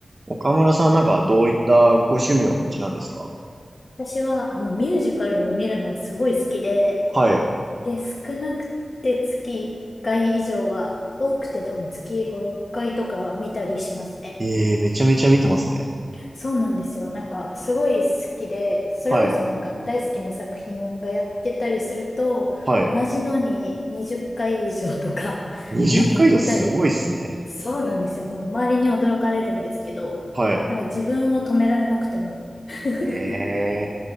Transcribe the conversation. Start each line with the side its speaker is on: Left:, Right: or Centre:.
Right: 岡村さんなんかどういったご趣味をお持ちなんですか
Left: 私は、あの、ミュージカルを見るのがすごい好きで、
Right: はい。
Left: で、少なくて月1回以上は、多くて多分月5、6回とか見たりしますね。
Right: ええめちゃめちゃ見てますね。
Left: そうなんですよ。なんか、すごい好きで、それこそなんか大好きな作品がやってたりすると、
Right: はい。はい。
Left: 同じのに20回以上とか <laughs>
Right: 20回以上すごいっすね。
Left: 見に行ったり、そうなんですよ。もう周りに驚かれるんですけど、
Right: はい。
Left: なんか自分を止められなくても。<laughs>
Right: ええ